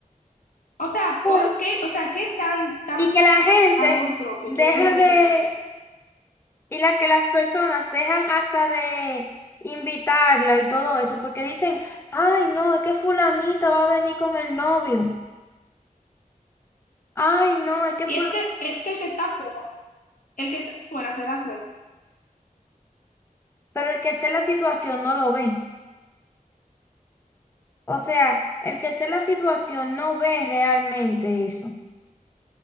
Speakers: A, on the left (about 65°); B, on the left (about 15°).
A: O sea,
B: bueno,
A: ¿por qué? O sea, ¿qué tan, tan
B: y que
A: poco
B: la gente
A: amor propio
B: deja
A: tú debes de
B: de,
A: tener?
B: y la que las personas dejan hasta de invitarla y todo eso, porque dicen, ay, no, es que fulanita va a venir con el novio. Ay, no, es que
A: Y
B: fulanita,
A: es que, es que el que está fuera, el que está fuera se da cuenta.
B: pero el que esté en la situación no lo ve. O sea, el que esté en la situación no ve realmente eso.